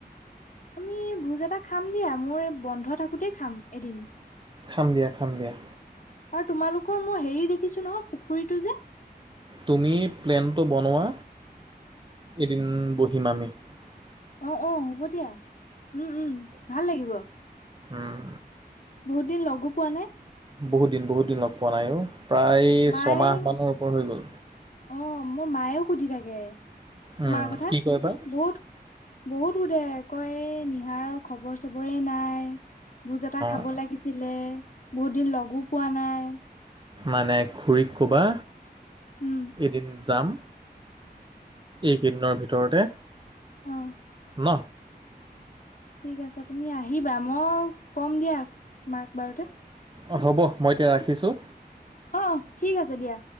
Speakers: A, on the left; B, on the right.
A: আমি ভোজ এটা খাম দিয়া, মোৰ বন্ধ থাকোতেই খাম এদিন।
B: খাম দিয়া-খাম দিয়া।
A: আৰু তোমালোকৰ মই হেৰি দেখিছো নহয় পুখুৰীটো যে
B: তুমি প্লেনটো বনোৱা এদিন ব <unintelligible>
A: অ'-অ'হ'ব দিয়া, উম-উম ভাল লাগিব।
B: উম।
A: বহুত দিন লগো পোৱা নাই।
B: বহুত দিন-বহুত দিন লগ পোৱা নাই অ'। প্ৰায়
A: মায়ে
B: ছমাহ মানৰ ওপৰ হৈ গ'ল।
A: অ' মোৰ মায়েও সুধি থাকে।
B: উম,
A: তোমাৰ কথা
B: কি কয় বা
A: বহুত- বহুত সোধে, কয় এ নিহাৰৰ খবৰ চবৰে নাই। ভোজ এটা খাব
B: অ
A: লাগিছিলে। বহুত দিন লগো পোৱা নাই।
B: মানে খুৰীক ক'বা
A: উম
B: এদিন যাম এইকেইদিনৰ ভিতৰত ভিতৰতে।
A: অঁ।
B: ন।
A: ঠিক আছে তুমি আহিবা, মই ক'ম দিয়া। মাক বাৰুতে।
B: অ', হ'ব মই এতিয়া ৰাখিছোঁ।
A: অহ, ঠিক আছে দিয়া।